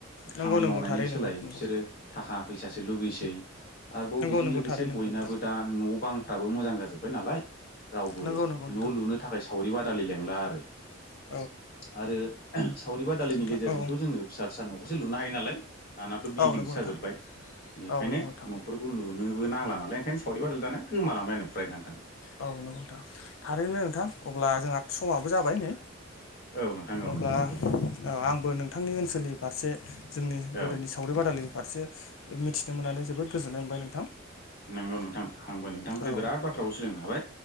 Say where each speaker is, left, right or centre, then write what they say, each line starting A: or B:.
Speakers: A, on the left; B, on the left.
A: नंगौ
B: खामानि
A: नंगौ
B: मावनायनि
A: थारै
B: सोलायै
A: नंगौ नंगौ
B: बिसोरो थाखा फैसासो लुगैसै आरोबाव
A: नंगौ
B: बेजों
A: नंगौ
B: लोगोसे
A: थारै नंगौ
B: बयनाबो
A: नोंथां
B: दा न' बां फाबो मोजां जाजोब्बाय नालाय रावबो
A: नंगौ
B: न'
A: नंगौ
B: लुनो थाखाय सावरि बादालि लेंला आरो।
A: उम।
B: आरो सावरि बादालिनि
A: नोंथां
B: गेजेरजोंथ
A: औ
B: जोङो फिसा फिसा नखौसो लुनो हायो नालाय दानाथ बिलदिंसो
A: औ नंगौ नोंथां
B: जाजोबबाय बेखानो
A: औ नंगौ नोंथां
B: नफोरखौ लुनो बो नांला नालाय ओंखायनो सावरि बादालि जानाया गोमालांबायानो फ्राय नोंथां‌
A: औ नंगौथ' नोंथां थारैनो नोंथां अब्ला जोंहा समाबो जाबाय नै
B: औ नोंथां औ
A: अब्ला
B: नंगौ नंगौ
A: अ आंबो नोंथांनि ओनसोलनि फारसे जोंनि
B: औ
A: गोदोनि सावरि बादालि फारसे मिथिनो मोननानै जोबोद गोजोननाय मोनबाय नोंथां।
B: नंगौ नोंथां आंबो नोंथांनिफ्राय
A: औ
B: बिराद बाथ्राखौसो लोंनो हाबाय